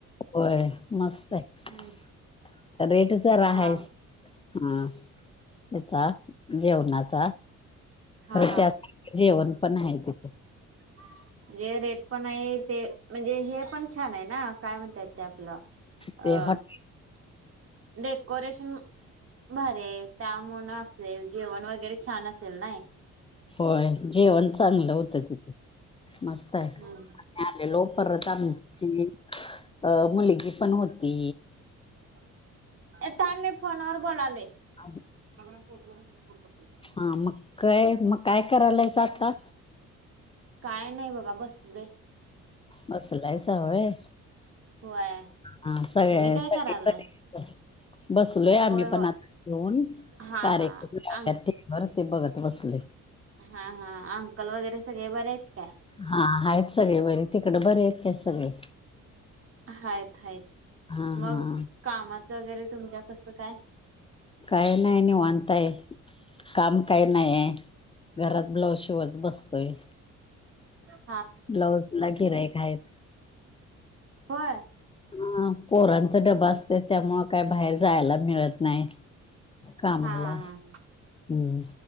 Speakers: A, on the left (about 20°); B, on the right (about 50°).
A: होय मस्त आहे
B: हम्म
A: <inaudible> रेट जहायस
B: हा
A: हा त्याचा <inaudible> जेवणाच.
B: हा
A: खरं
B: हा.
A: त्या जेवण पण आहे तिथे
B: <unintelligible> जे रेट पण आहे ते म्हणजे हे पण छान आहे ना काय म्हणत य ते आपलं
A: ते
B: अ
A: हट
B: डेकोरेशन. बरे त्यामु असेल जेवण वगैरे छान असेल ना
A: होय जेवण चांगलं होतं तिथे मस्त आहे
B: हम्म
A: <inaudible> आलेलो परता आमची. अं मुलगी पण होती.
B: <inaudible> आथ मी फोन वर बोलालोय.
A: अ.
B: सगळ्यां <unintelligible>
A: हा मग काय मग काय करायलायच
B: पाच
A: आता?
B: मिनिट काय नाही बघा बस रे
A: बसलाय सवय.
B: होय
A: ह हा सगळ्या
B: तुम्ही काय
A: सगळे
B: करायलाय
A: प. बसलोय आम्ही
B: होय होय
A: पण आता घेऊन
B: हा
A: कार्यक्र
B: हा अं
A: बरं ते बघत बसले
B: हा हा अंकल वगैरे सगळे बरे आहेत का
A: हा आहेता आहेत सगळे बरी तिकड बरे आहेत का सगळे
B: हाय हाय
A: हा
B: मग
A: हा
B: कामाचं वगैरे तुमच्या कसं काय
A: काही नाही नाही वानताय काम काही नाही आहे घरात ब्लाऊज शिवत बसतोय
B: ह
A: ब्लाऊज लागेर का आहेत
B: हो
A: ह पोरांचा डबा असत त्यामु काय बाहेर जायला मिळत नाही कामाला
B: हा हा
A: हम्म
B: हा